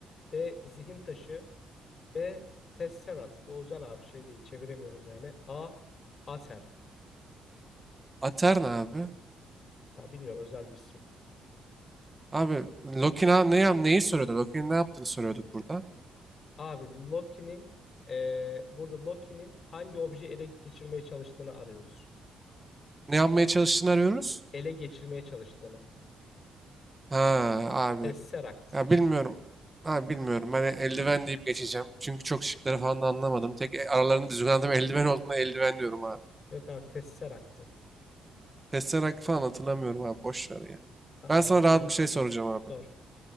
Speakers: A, on the left; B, on the right.
A: D. Zihin taşı B. Tesserat. Bu özel abi şey değil. Çeviremiyorum yani. A. Ater.
B: Aterna abi.
A: Ya bilmiyorum özel bir isim.
B: Abi Lokina ne, yap- neyi soruyordu? Loki'nin ne yaptığını soruyorduk burada.
A: Abi Loki'nin eee, burada Loki'nin hangi objeyi ele geçirmeye çalıştığını arıyoruz.
B: Ne yapmaya çalıştığını arıyoruz.
A: Ele geçirmeye çalıştığını.
B: Ha abi.
A: Tesseract.
B: Ya bilmiyorum. Abi bilmiyorum. Ben eldiven deyip geçeceğim. Çünkü çok şıkları falan da anlamadım. Tek e- aralarında düzgün anladım. Eldiven olduğuna eldiven diyorum abi.
A: Yok abi Tesseract'tı.
B: Tesseract falan hatırlamıyorum abi. Boş ver ya.
A: Tamam
B: Ben sana
A: abi
B: rahat
A: sen sor.
B: bir şey soracağım abi.
A: Sor.